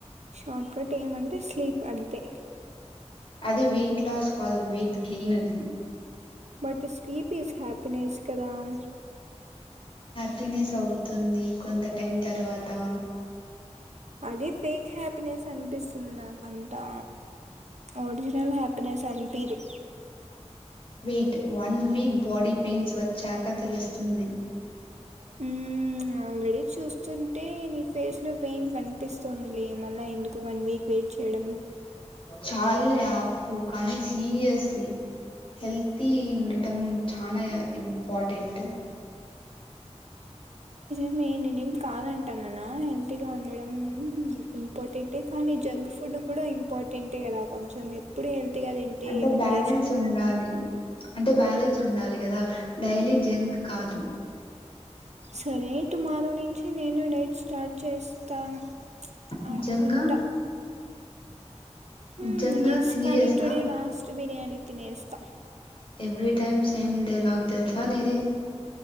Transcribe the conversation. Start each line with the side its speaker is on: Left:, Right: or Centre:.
Right: షార్ట్ కట్ ఏమంటే స్లీప్ అంతే
Left: అదే వెయిట్ లాస్ కాదు వెయిట్ గెయిన్ అది
Right: బట్ స్లీప్ ఈస్ హ్యాపీనెస్ కదాం
Left: పినస్ అవుతుంది కొంత టైం తర్వాతా
Right: అది ఫేక్ హ్యాపీనెస్ అనిపిస్తుంది నాకంతా ఒరిజినల్ హ్యాపీనెస్ అనిపీదు.
Left: Wait one week body pains వచ్చాక తెలుస్తుంది.
Right: హ్మ్ ఆల్రెడీ చూస్తుంటే నీ ఫేస్లో పెయిన్ కనిపిస్తుంది. మళ్ళ ఎందుకు వన్ వీక్ వెయిట్ చేయడం.
Left: చాల్లే ఆపు కానీ సీరియస్లీ హెల్తీ ఉండటం చానా ఇంపార్టెంట్
Right: <inaudible> నేన్ కాదంటాన్ననా హెల్తీగా ఉండడం ఇంపార్టెంటే కానీ జంక్ ఫుడ్ కూడా ఇంపార్టెంటే కదా కొంచం ఎప్పుడు హెల్తీగా తింటే
Left: అంటే
Right: ఏమనా
Left: బ్యాలెన్స్
Right: టేస్ట్ ఉంటుందా
Left: ఉండాలి అంటే బ్యాలెన్స్ ఉండాలి కదా డైలీ జంక్ కాదు
Right: సరే టుమారో నించి నేను డేట్ స్టార్ట్ చేస్తాను
Left: నిజంగా
Right: అనుకుంటా హ్మ్
Left: నిజంగా
Right: ఎస్
Left: సీరియసా
Right: కనీ టుడే లాస్ట్ బిర్యానీ తినేస్తా
Left: ఎవ్రీ టైమ్ సేమ్ డేలాగ్ తెలుసా నీది